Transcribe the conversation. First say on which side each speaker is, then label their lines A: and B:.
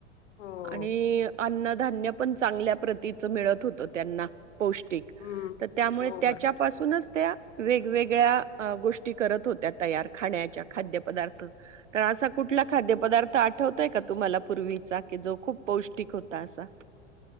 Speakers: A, on the left; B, on the right.
A: हो
B: आणि अन् ना धान्य पण चांगल्या प्रतीचं मिळत होतं त्यांना पौश् तिक
A: हम्म
B: त त्यामुळे
A: हो
B: त्याच्यापासूनच
A: बरोबर
B: त्या वेगवेगळ्या अ गोष्टी करत होत्या तयार खाण्याच्या खाद्य पदार्थ, त असा कुठला खाद्य पदार्थ आठवतोय का तुम्हाला पूर्वीचा की जो खूप पौष्टिक होता असा?